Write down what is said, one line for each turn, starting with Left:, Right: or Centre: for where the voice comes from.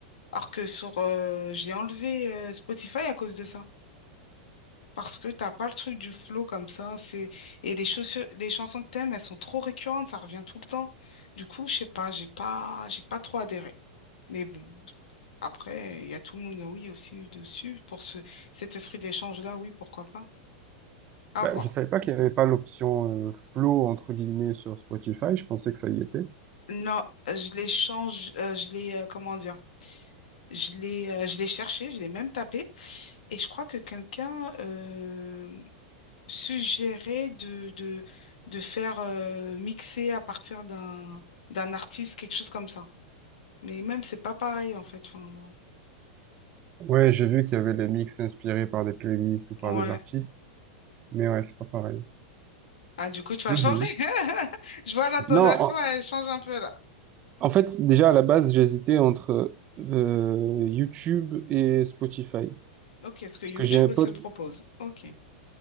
Left: Alors que sur euh, j'ai enlevé euh, Spotify à cause de ça. Parce que t'as pas le truc du flow comme ça. C'est et les chaussures les chansons que t'aimes, elles sont trop récurrentes, ça revient tout le temps. Du coup, je sais pas, j'ai pas j'ai pas trop adhéré. Mais bon, après, il y a tout le monde, oui, aussi dessus. Pour ce cet esprit d'échange-là, oui, pourquoi pas. À
Right: bah,
Left: voir.
Right: je savais pas qu'il y avait pas l'option euh, Flow entre guillemets sur Spotify. Je pensais que ça y était.
Left: Non, euh, je l'ai change, euh, je l'ai, euh, comment dire, je l'ai, euh, je l'ai cherché, je l'ai même tapé, et je crois que quelqu'un euh, suggérait de, de, de faire euh, mixer à partir d'un d'un artiste, quelque chose comme ça. Mais même, c'est pas pareil, en fait. Enfin,
Right: Ouais, j'ai vu qu'il y avait des mix inspirés par des playlists ou par
Left: ouais.
Right: des artistes, mais ouais, c'est pas pareil.
Left: Ah, du coup, tu vas
Right: Mhm.
Left: changer. <laughs> Je vois l'intonation,
Right: Non, en,
Left: elle change un peu là.
Right: en fait, déjà à la base, j'hésitais entre euh, YouTube et Spotify.
Left: Ok, est-ce que YouTube
Right: Parce que j'ai un
Left: aussi
Right: pote,
Left: le propose? Ok,